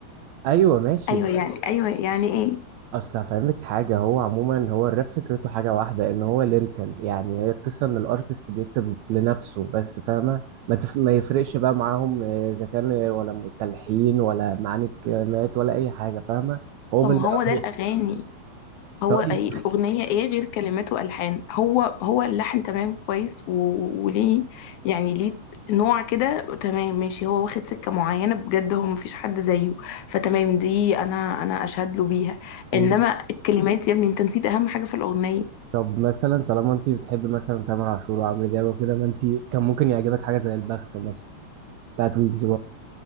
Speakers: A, on the right (about 80°); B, on the left (about 75°).
A: ايوه ماشي
B: ايوه
A: بس
B: يعني ايوه يعني ايه
A: اصل هفهمك حاجه هو عموما هو الراب فكرته حاجه واحده ان هو ليريكال يعني هي القصه ان الارتست بيكتب لنفسه بس فاهمه ما, تف... ما يفرقش بقى معاهم آه، اذا كان آه، ولا م- تلحين ولا معاني الكلمات ولا اي حاجه فاهمه هو
B: طب
A: بن...
B: ما هو ده
A: هو
B: الاغاني هو
A: طيب
B: أي الأغنية إيه غير كلمات وألحان هو هو اللحن تمام كويس و- وليه يعني ليه نوع كده تمام ماشي هو واخد سكة معينة بجد هو مفيش حد زيه فتمام دي أنا أنا أشهد له بيها
A: مم.
B: إنما الكلمات يا ابني أنت نسيت أهم حاجة في الأغنية
A: طب مثلا طالما انت بتحب مثلا تامر عاشور وعمرو دياب وكده ما انت كان ممكن يعجبك حاجه زي البخت مثلا بتاعت ويجز